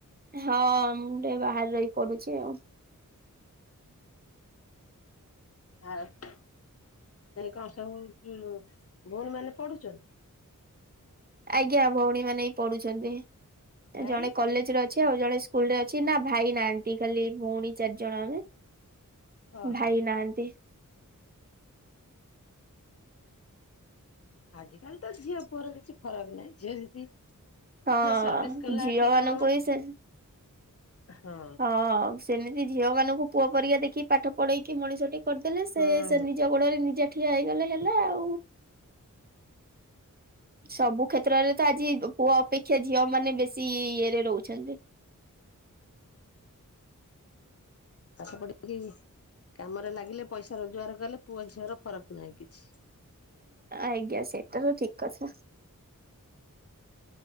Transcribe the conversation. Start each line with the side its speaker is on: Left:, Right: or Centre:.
Right: ହଁ ମୁଁ ଟିକେ ବାହାରେ ରହି ପଡୁଛି ଆଉ।
Left: <unintelligible> କଣ ସବୁ ଭଉଣୀ ମାନେ ପଢୁଛନ୍ତି?
Right: ଆଜ୍ଞା ଭଉଣୀ ମାନେ ବି ପଢୁଛନ୍ତି।
Left: ଭାଇ
Right: ଜଣେ କଲେଜରେ ଅ ଅଛି, ଆଉ ଜଣେ ସ୍କୁଲ ରେ ଅଛି ନା ଭାଇ ନାହାନ୍ତି ଖାଲି ଭଉଣୀ ଚାରି ଜଣ ଆମେ।
Left: ଓ
Right: ଭାଇ
Left: ହୋ
Right: ନାହାନ୍ତି
Left: ଆଜିକାଲି ତ ଝିଅ ପୁଅର କିଛି ଫରକ ନାହିଁ ଝିଅ ଯଦି
Right: ହଁ
Left: ସର୍ଭିସ କଲା
Right: ଝିଅ
Left: କି
Right: ମାନଙ୍କୁ
Left: କଣ
Right: ହିଁ ସେ
Left: ହଁ
Right: ହଁ ସେମିତି ଝିଅ ମାନଙ୍କୁ ପୁଅ ପରିକା ଦେଖି ପାଠ ପଳେଇକି ମଣିଷ ଟିକ କରିଦେଲେ ସେ
Left: ହୁଁ
Right: ସେ
Left: ହୁଁ
Right: ନିଜ ଗୋଡରେ ନିଜେ ଠିଆ ହେଇଗଲେ ହେଲା ଆଉ ସବୁ କ୍ଷେତ୍ରରେ ତ ଆଜି ପୁଅ ଅପେକ୍ଷା ଝିଅ ମାନେ ବେଶୀ ଇଏରେ ରହୁଛନ୍ତି
Left: ପାଠ ପଢ଼ିକି କାମରେ ଲାଗିଲେ ପଇସା ରୋଜଗାର କଲେ ପୁଅ ଝିଅର ଫରକ ନାହିଁ କିଛି।
Right: ଆଜ୍ଞା ସେଟା ତ ଠିକ ଅଛ